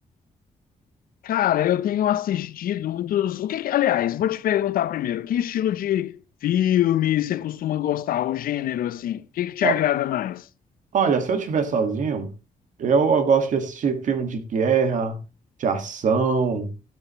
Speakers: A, on the left; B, on the right.
A: Cara, eu tenho assistido muitos. O que que... Aliás, vou te perguntar primeiro, que estilo de filme você costuma gostar, o gênero assim? O que que te
B: Ó,
A: agrada mais?
B: olha, se eu estiver sozinho, eu, eu gosto de assistir filme de guerra, de ação,